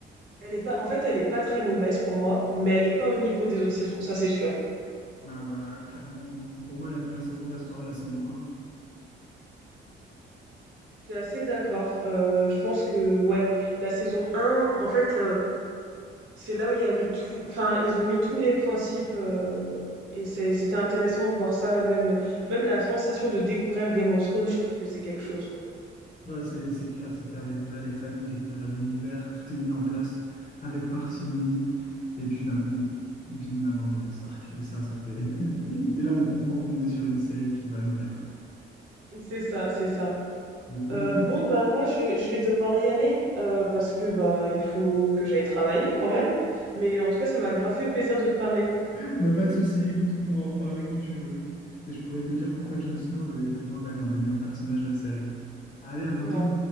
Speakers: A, on the right; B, on the left.
A: Elle est pas, en fait, elle est pas très mauvaise pour moi, mais elle est pas au niveau des autres saisons, ça c'est sûr.
B: Ah bah clairement non. Pour moi, la meilleure saison restera la saison un.
A: Je suis assez d'accord. Euh, je pense que ouais, la saison un, en fait. c'est là où il y a mis tout, enfin, ils ont mis tous les principes euh, et c'est- c'était intéressant de voir ça, même, même la sensation de découvrir Game of Thrones, je trouve que c'est quelque chose, quoi.
B: Ouais, c'est, c'est clair, c'est clair. Découvrir les familles, découvrir l'univers, tout est mis en place avec parcimonie. Et puis d'un coup, bim, la mort de Ned Stark. Et ça, ça fait. <laughs>
A: <laughs>
B: Et là, on comprend qu'on est sur une série qui va nous plaire.
A: C'est ça, c'est ça.
B: Bon, bah
A: Euh,
B: écoute,
A: bon, ben moi, je, je vais devoir y aller euh, parce que bah il faut que j'aille travailler quand même. Mais en tout cas, ça m'a grave fait plaisir de te parler.
B: <laughs> bah pas de souci, écoute, on pourra en reparler quand tu veux. Et je pourrais te dire pourquoi Jon Snow est pour moi quand même un des meilleurs personnages de la série. Allez, à bientôt!
A: Non,